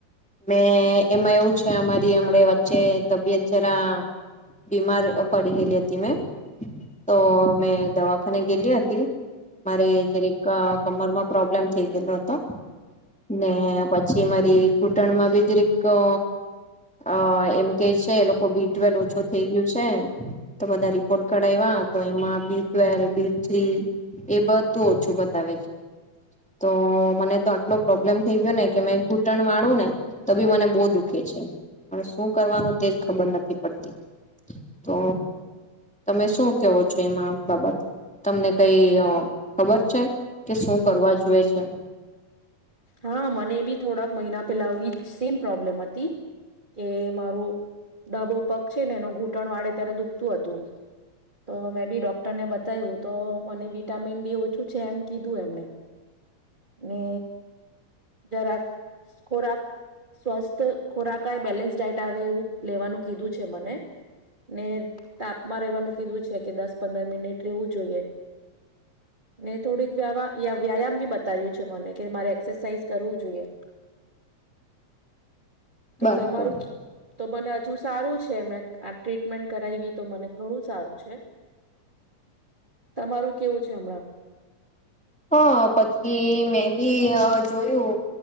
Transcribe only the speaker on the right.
હા
હા મને બી થોડાક મહિના પેલા આવી જ સેમ પ્રોબ્લેમ હતી કે મારું ડાબો પગ છે ને એનો ઘૂંટણ વાડે ત્યારે દુઃખ હતું તો મેં બી ડોક્ટરને બતાવ્યું તો મને વિટામિન ડી ઓછું છે એમ કીધું એમને ને જરા ખોરાક સ્વસ્થ ખોરાક બેલેન્સ ડાઈટ આવે એવું લેવાનું કીધું છે મને ને તાપમાં રહેેવાનું કીધું છે કે દસ પંદર મિનિટ રેવું જોઈએ ને થોડીક વ્યા વ્યાયામ બી બતાવ્યું છે મને કે મારે એક્સરસાઇઝ કરવું જોઈએ. તો
તમારું તો મને હજુ સારું છે મેં આ ટ્રીટમેન્ટ કરાવી તો મને ઘણું સારું છે તમારું કેવું છે હમણાં.